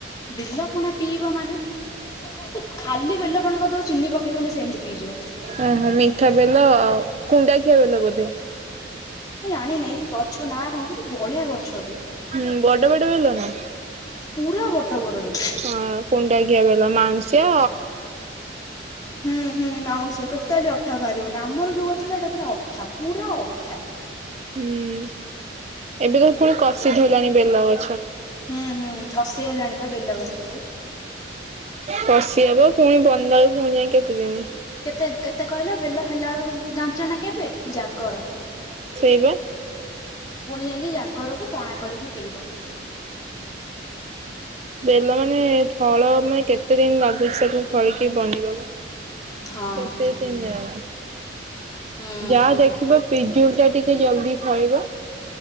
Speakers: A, on the left (about 20°); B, on the right (about 35°).
A: ବେଲ ପଣା ପିଇବ ମାନେ ସେ ଖାଲି ବେଲ ପଣା କରିଦବ ଚିନି ପକେଇବନି ସେମିତି ପିଇଯିବ।
B: ଓହୋ ମିଠା ବେଲ ଆଉ, କୁଣ୍ଡା ଖିଆ ବେଲ ବୋଧେ।
A: ମୁଁ ଜାଣିନେଇ ଗଛ ନା କଁ କିନ୍ତୁ ବଢିଆ ଗଛ ଟିଏ।
B: ହୁଁ ବଡ ବଡ ବେଲ ନା?
A: ପୁରା ବଡ ବଡ ବେଲ।
B: ହଁ କୁଣ୍ଡା ଖିଆ ବେଲ ମାଂଉସିଆ
A: ହୁଁ ହୁଁ ମାଁଉସିଆ ଟୋଟାଲି ଅଠା ବାହାରିବନି, ଆମର ଯୋଉ ଅ ସେଟା ଏଟା ପୁରା ଅଠା ପୁରା ଅଠା।
B: ହୁଁ ଏବେକା ପୁଣି କସିି ଧଇଲାଣି ବେଲଗ
A: ହୁଁ ହୁଁ କଷି ହେଲାଣିିପା ବେଲ ଗଛରେ।
B: କସି ହବ ପୁଣି ବନାଲାକୁ ଫୁଣି ଯାଇ କେତେଦିନି।
A: କେତେ କେତେ କହିଲ ବେଲ ହେଲା ଅଳକୁ ଯି ଜାଣିଚ ନା କେବେ ଜାଗର,
B: ସେଇବା।
A: ପୁଣି ଯାଇଁକି ଜାଗରକୁ ପଣା କରିକି ପିଇବ।
B: ବେଲ ମାନେ ଫଳ ମାନେ କେତେ ଦିନ୍ ଲାଗୁଚି ତାକୁ ଫଳିକି ବନିବାକୁ?
A: ହଁ
B: କେତେ ତିନ୍ ଯମା
A: ହୁଁ।
B: ଯାହା ଦେଖିବ ପିଜୁଳିଟା ଟିକେ ଜଲଦି ଫଳିବ।